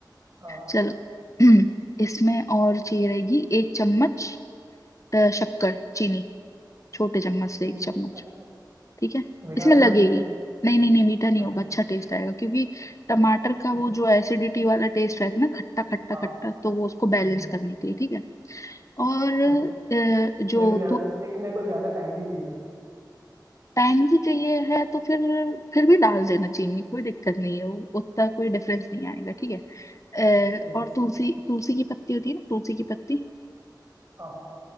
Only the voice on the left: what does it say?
चलो <clears throat> इसमें और चाहिए रहेगी एक चम्मच अ, शक्कर चीनी छोटे चम्मच से
एक चम्मच
ठीक है
इसमें
लगेगी
नहीं नहीं नहीं मीठा नहीं
होगा अच्छा टेस्ट आएगा क्योंकि टमाटर का
वो
जो एसिडिटी वाला टेस्ट रहता है ना खट्टा खट्टा
खट्टा तो वो उसको बैलेंस
करने के लिए ठीक है और
अ, जो
तो
पैंगी चाहिए है तो फिर फिर भी डाल देना चीनी कोई दिक्कत नहीं है वो उतना कोई डिफरेंस नहीं आएगा ठीक है अ,
और
तुलसी तुलसी की पत्ती होती है ना तुलसी की पत्ती